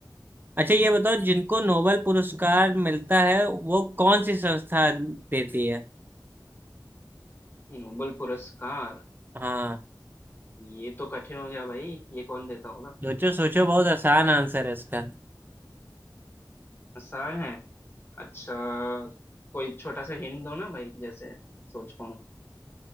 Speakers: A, on the right (about 25°); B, on the left (about 30°).
A: अच्छा ये बताओ जिनको नोबेल पुरस्कार मिलता है वो कौन सी संस्था देती है
B: नोबेल पुरस्कार
A: हाँ
B: ये तो कठिन हो गया भाई ये कौन देता होगा
A: सोचो सोचो बहुत आसान आंसर है इसका
B: आसान है अच्छा कोई छोटा सा हिंट दो ना भाई जैसे सोच पाऊँ